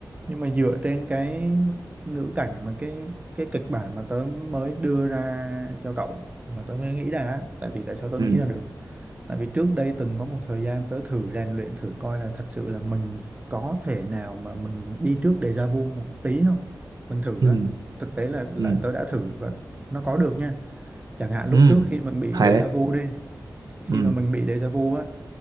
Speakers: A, on the right; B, on the right.
A: nhưng mà dựa trên cái ngữ cảnh mà cái cái kịch bản mà tớ mới đưa ra cho cậu mà tớ mới nghĩ ra á, tại vì tại sao tớ
B: ừ
A: nghĩ ra được Tại vì trước đây từng có một thời gian tớ thử rèn luyện thử coi là thật sự là mình có thể nào mà mình đi trước déjà vu một tí không? Mình thử
B: ừ
A: á. Thực tế là là
B: ừ
A: tớ đã thử và nó có được nha. Chẳng hạn lúc
B: ừ
A: trước khi mình bị
B: hay
A: déjà
B: đấy
A: vu đi, khi
B: ừ
A: mà mình bị déjà vu á,